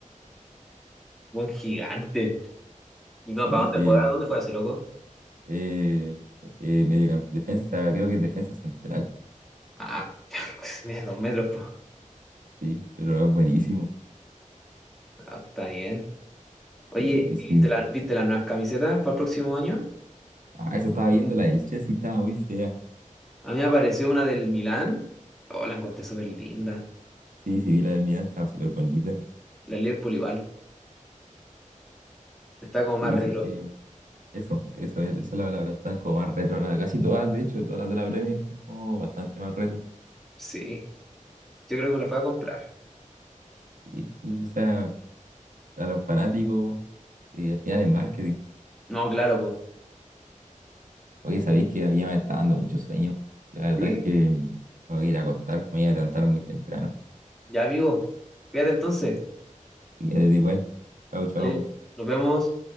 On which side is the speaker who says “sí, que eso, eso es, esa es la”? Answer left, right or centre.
Right